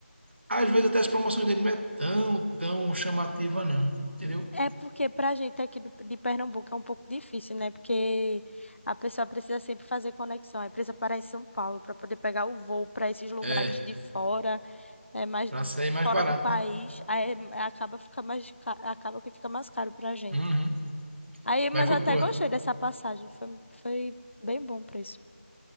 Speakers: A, on the right; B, on the left.
A: às vezes até as promoções dele não é tão, tão chamativa não, entendeu?
B: É porque pra gente aqui do- de Pernambuco é um pouco difícil, né? Porque a pessoa precisa sempre fazer conexão, aí precisa parar em São Paulo para poder pegar o voo para esses lugares
A: É,
B: de fora, é mais
A: pra
B: de-
A: sair
B: de-
A: mais
B: fora
A: barato,
B: do país,
A: né?
B: aí é- acaba fica mais ca- acaba que fica mais caro pra gente.
A: Uhum.
B: Aí, mas
A: Vai com
B: eu
A: a
B: até
A: tua.
B: gostei dessa passagem, foi, foi bem bom o preço.